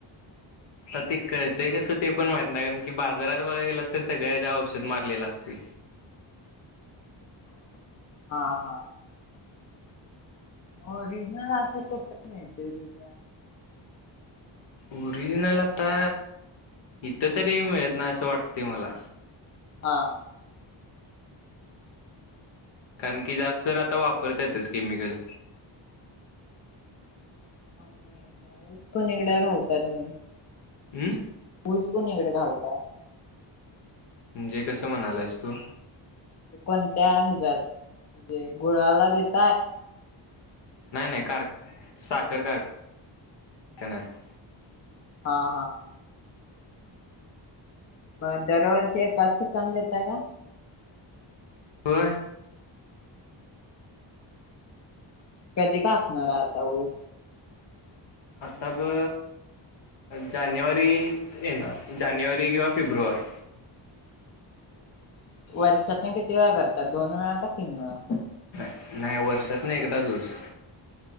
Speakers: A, on the left; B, on the left.
A: तर ते कळतय कसं ते पण माहित नाही कारण की बाजारात बघा गेलं तर सगळ्या ज्या औषध मारलेलं असते.
B: <inaudible> हा हा. ओरिजनल त म दुझ.
A: ओरिजनल आता इथं तरी मिळत ना असं वाटते मला.
B: हा.
A: कारण की जास्त तर आता वापरत यातच केमिकल.
B: आणि मग ऊस कुणीकड घालता तुम्ही.
A: उम
B: ऊस कुणीकडे घालता.
A: म्हणजे कसं म्हणायला आहेस तू?
B: म्हणे कोणत्या हजत म्हणजे गुळालागेत..
A: नाही नाही कार साखर कार न्यात
B: हा हा. म दरवर्षी कस कन येत का?
A: हो.
B: कधी कापणार आता ऊस? <inaudible>
A: आता ब जानेवारीत येणार जानेवारी किंवा फेब्रुवारी.
B: <inaudible> वर्षात ना किती व करतात दोन वेळा का तीन वेळा?
A: नाही वर्षात नाही एकदाच् ऊस.